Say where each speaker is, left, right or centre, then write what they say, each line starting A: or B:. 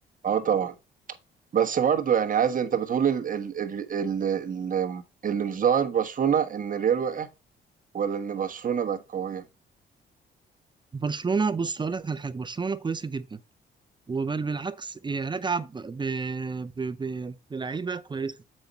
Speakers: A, on the right; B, on the right.
A: اه طبعا بس برضو يعني عايز انت بتقول ال ال ال ال ال اللي مش ظاهر برشلونة ان الريال وقع ولا ان برشلونة بقت قوية
B: برشلونه بص هقول لك على حاجه برشلونه كويسه جدا وبل بالعكس هي راجعه ب... ب... ب... ب... بلعيبه كويسه